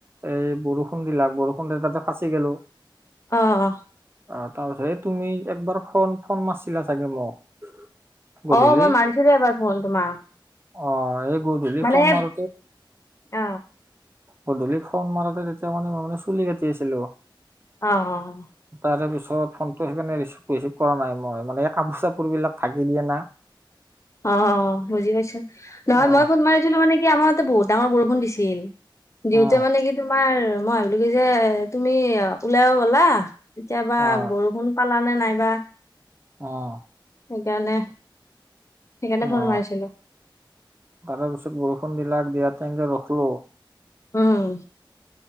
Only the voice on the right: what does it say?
এ বৰষুণ দিলাক বৰষুণতে তাতে ফাঁচি গলো।
আহ তাৰপিছত এই তুমি একবাৰ ফোন ফোন মাছিলা চাগে মোক। গধূলি
অ, এই গধূলি
ফোন
মাৰ
গধূলিক ফোন মাৰতে তেতিয়া মানে মানে চুলি কাটি আছিলো।
তাৰে পিছত ফোনটো সেইকাৰণে ৰিচিভ ৰিচিভ কৰা নাই মই। মানে এই কাপোৰ-চাপোৰবিলাক ঢাকি দিয়ে নাই।
অ
অ
অ
আহ।
অ,
তাৰপিছত বৰষুণ দিলাক দিয়া টাইমে ৰখলো।